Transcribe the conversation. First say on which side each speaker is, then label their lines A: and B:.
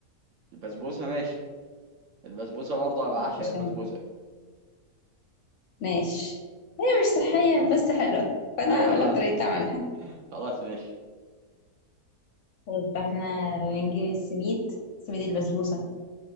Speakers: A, on the right; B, on the left.
A: البسبوسة ماشي البسبوسة برضه أنا بعشق
B: عشان
A: البسبوسة
B: ماشي هي مش صحيه بس حلوه فانا
A: أيوة
B: هقول
A: فعلا
B: لك طريقه عملها
A: <laughs> خلاص ماشي
B: بس احنا بنجيب السميد سميد البسبوسه